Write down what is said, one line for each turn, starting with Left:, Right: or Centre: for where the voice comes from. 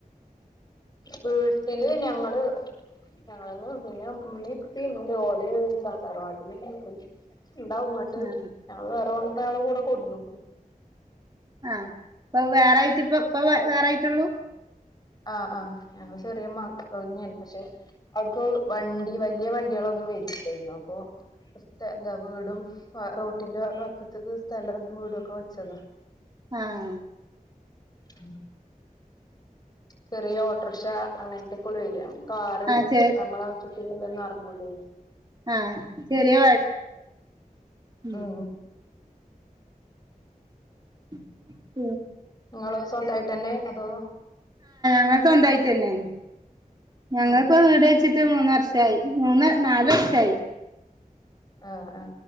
Left: വീട്ടില് ഞങ്ങള്. ഞങ്ങളെന്നെ ള്ളൂ പിന്നെ ഇമ്മി ഇപ്പി ഇണ്ട് പഷേ ഓല് തറവാട്ടിലാ ണ്ടാവും ഉങ്ങട്ട്
Right: ആഹ്
Left: ഞങ്ങൾ വേറെ പോന്നപ്പോ ഞങ്ങള് കൂടെ കൊടക്ക്ന്നു.
Right: ആഹ ഇപ്പൊ വേറൊയിട്ട് ഇപ്പ വേറൊയിട്ടുള്ളൂ?
Left: ആഹ് അഹ് ഞങ്ങൾ ചെറിയമകളാണെന്ന് പഷേ. അവിടുക്ക് വണ്ടി വലിയ വണ്ടികളൊന്നും വരില്ലായിരുന്നു അപ്പൊ. സ്ഥ വീടും റോട്ടിന്റെ വക്കത്ത് സ്ഥലം വീടും ഒക്കെ വെച്ചതാ
Right: ആഹ്
Left: ഉം ചെറിയ ഓട്ടർഷാ അങ്ങനത്തൊകൊള്ളു വര. കാറ്
Right: ആഹ് ചെ
Left: നമ്മളാവശ്യത്തില്ലൊന്നും എറങ്ങൂലെ
Right: ആ ചെറിയ <unintelligible>
Left: ഉം
Right: <inaudible>
Left: ഇങ്ങളൊ സ്വന്തായിട്ടെന്നേ അതോ
Right: ഞങ്ങള് സ്വന്തായിട്ടെന്നെ ഞങ്ങള്പ്പോ
Left: ആഹ് ആഹ്
Right: വീട് വെച്ചിട്ട് മൂന്നു വർഷ ഷായി മൂന്ന് നാല് വർഷായി
Left: ആ ആ